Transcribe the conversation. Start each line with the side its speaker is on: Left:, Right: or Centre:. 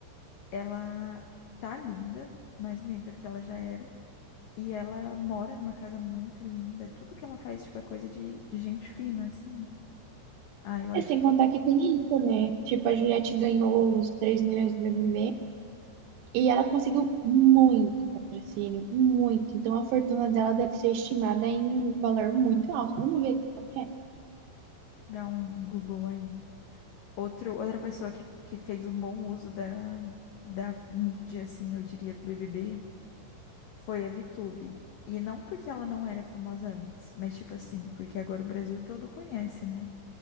Left: Ela tá linda, mais bonita do que ela já era. E ela mora numa casa muito linda. Tudo que ela faz, tipo, é coisa de, de gente fina, assim. Ah, eu acho
Right: É sem
Left: que
Right: contar que tem isso, né? Tipo, a Juliette ganhou os 3 milhões do BBB e ela conseguiu muito patrocínio, muito. Então a fortuna dela deve ser estimada em um valor muito alto. Vamos ver o que é.
Left: dá um Google aí. Outro, outra pessoa que, que fez um bom uso da, da mídia, assim, eu diria, do BBB, foi a VTube. E não porque ela não era famosa antes, mas tipo assim, porque agora o Brasil todo conhece, né?